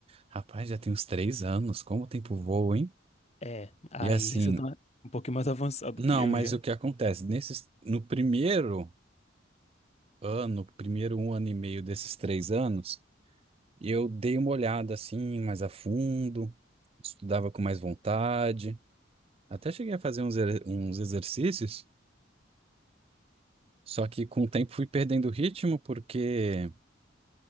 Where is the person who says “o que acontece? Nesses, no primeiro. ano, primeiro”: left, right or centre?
Right